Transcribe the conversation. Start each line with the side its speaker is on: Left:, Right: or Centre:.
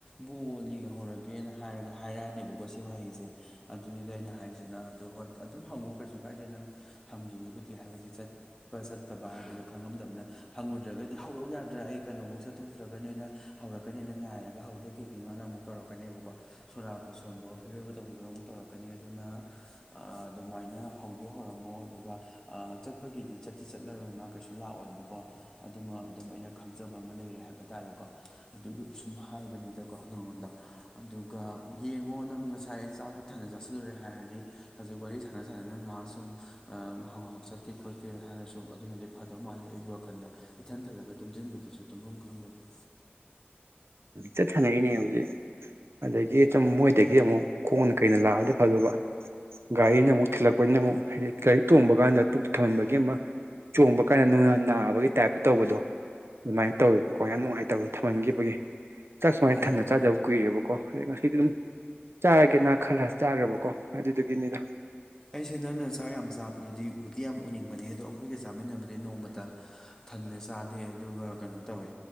Left: ꯕꯣꯅꯤꯡꯍꯧꯔꯒꯦꯅ ꯍꯥꯏꯔꯒ ꯍꯥꯏꯔꯛꯑꯅꯦꯕꯀꯣ ꯁꯤ ꯋꯥꯍꯩꯁꯦ꯫ ꯑꯗꯨꯅꯤꯗ ꯑꯩꯅ ꯍꯥꯏꯔꯤꯁꯤꯅ ꯑꯗꯣ ꯍꯣꯏ ꯑꯗꯨꯝ ꯍꯪꯉꯣ ꯀꯩꯁꯨ ꯀꯥꯏꯗꯦ ꯅꯪ__ ꯍꯪꯒꯦꯕꯨꯗꯤ ꯍꯥꯏꯕꯗꯤ ꯆꯠ__ ꯆꯠꯄ ꯆꯠꯇꯕ ꯍꯥꯏꯕꯗꯨ ꯈꯪꯉꯝꯗꯕꯅ ꯍꯪꯉꯨꯗ꯭ꯔꯒꯗꯤ ꯍꯧꯔꯛꯎꯌꯥꯗ꯭ꯔꯥ ꯑꯩ ꯀꯩꯅꯣꯐꯧ ꯆꯠꯊꯣꯛꯇ꯭ꯔꯒ ꯅꯣꯏꯅ__ ꯍꯧꯔꯛꯀꯅꯤꯑꯦꯅ ꯉꯥꯏꯔꯒ ꯍꯧꯔꯛꯛꯇꯦ ꯀꯩꯒꯤꯅꯣꯅ ꯑꯃꯨꯛ ꯇꯧꯔꯛꯀꯅꯦꯕꯀꯣ꯫ ꯁꯣꯔꯥꯠꯄꯨ ꯁꯣꯟꯕꯑꯣ ꯐꯤꯔꯣꯏꯕꯨ ꯇꯧꯕꯤꯕꯔ ꯑꯃꯨꯛ ꯇꯧꯔꯛꯀꯅꯤ ꯑꯗꯨꯅ ꯑꯥ-ꯗꯨꯃꯥꯏꯅ__ ꯍꯧꯗꯤ ꯍꯧꯔꯝꯃꯣ ꯑꯗꯨꯒ ꯑꯥ ꯆꯠꯄꯒꯤꯗꯤ ꯆꯠꯇꯤ ꯆꯠꯂꯔꯣꯏ ꯃꯥ ꯀꯩꯁꯨ ꯂꯥꯛꯑꯣꯏꯕꯀꯣ꯫ ꯑꯗꯨꯃ ꯑꯗꯨꯝ ꯑꯩꯅ ꯈꯪꯖꯕ ꯑꯃ ꯂꯩꯔꯦ ꯍꯥꯏꯕ ꯇꯥꯔꯦꯀꯣ꯫ ꯑꯗꯨꯗꯨ ꯁꯨꯝ ꯍꯥꯏꯕꯅꯤꯗꯀꯣ ꯅꯪꯉꯣꯟꯗ꯫ ꯑꯗꯨꯒ ꯌꯦꯡꯉꯣ ꯅꯪ ꯉꯁꯥꯏ ꯑꯩ ꯆꯥꯛꯇꯣ ꯊꯥꯅ ꯆꯥꯁꯤꯜꯂꯨꯔꯦ ꯍꯥꯏꯔꯗꯤ ꯍꯧꯖꯤꯛ ꯋꯥꯔꯤ ꯁꯥꯟꯅ ꯁꯥꯟꯅ__ ꯅꯪꯉꯍꯥꯛ ꯁꯨꯝ ꯑ ꯉꯥꯍꯧꯉꯥꯍꯧ ꯆꯠꯀꯦ ꯈꯣꯠꯀꯦ ꯍꯥꯏꯔꯁꯨ ꯑꯗꯨꯅꯗꯤ ꯐꯗꯧ ꯃꯥꯜꯂꯤ ꯑꯩꯒꯤ ꯋꯥꯈꯜꯗ꯫ ꯏꯊꯟ ꯊꯜꯂꯒ ꯇꯨꯝꯖꯤꯟꯕꯗꯨꯁꯨ ꯇꯨꯝꯐꯝ ꯈꯪꯗꯕꯅꯤ꯫
Right: ꯆꯠꯊꯅꯔꯤꯅꯦ ꯍꯧꯖꯤꯛ ꯑꯗꯒꯤ ꯆꯨꯝ ꯃꯣꯏꯗꯒꯤ ꯑꯃꯨꯛ__ ꯈꯣꯡꯅ ꯀꯩꯅ ꯂꯥꯛꯑꯗꯤ ꯐꯗꯨꯕ꯫ ꯒꯥꯔꯤꯅ ꯑꯃꯨꯛ ꯊꯤꯜꯂꯛꯄꯅꯤꯅ ꯑꯃꯨꯛ ꯍꯥꯏꯗꯤ ꯒꯥꯔꯤ ꯇꯣꯡꯕ ꯀꯥꯟꯗ ꯄꯨꯛ ꯊꯝꯍꯟꯕꯒꯤ ꯑꯃ__ ꯆꯣꯡꯕ ꯀꯥꯟꯗ ꯅꯪꯅ ꯅꯥꯕꯒꯤ ꯇꯥꯏꯞꯇ ꯇꯧꯕꯗꯣ__ ꯑꯗꯨꯃꯥꯏꯅ ꯇꯧꯋꯦꯕꯀꯣ ꯌꯥꯝ ꯅꯨꯡꯉꯥꯏꯇꯕꯗꯣ ꯊꯃꯟꯈꯤꯕꯒꯤ꯫ ꯆꯥꯛ ꯁꯨꯃꯥꯏꯅ
Left: ꯑꯣ
Right: ꯊꯟꯅ ꯆꯥꯗꯕ ꯀꯨꯏꯔꯦꯕꯀꯣ ꯑꯗꯩ ꯉꯁꯤꯗꯤ ꯑꯗꯨꯝ ꯆꯥꯔꯒꯦꯅ ꯈꯜꯂ ꯆꯥꯈ꯭ꯔꯕꯀꯣ꯫ ꯑꯗꯨꯗꯨꯒꯤꯅꯤꯗ__
Left: ꯑꯩꯁꯦ ꯅꯪꯅ ꯆꯥꯛ ꯌꯥꯝ ꯆꯥꯕꯗꯨꯗꯤ ꯎꯗꯤ ꯌꯥꯝ ꯎꯅꯤꯡꯕꯅꯤ ꯑꯗꯣ ꯑꯩꯈꯣꯏꯒ ꯆꯥꯃꯤꯟꯅꯕꯗꯤ ꯅꯣꯡꯃꯇ__ ꯊꯟꯗꯦ ꯆꯥꯗꯦ ꯑꯗꯨꯒ ꯀꯩꯅꯣ ꯇꯧꯋꯦ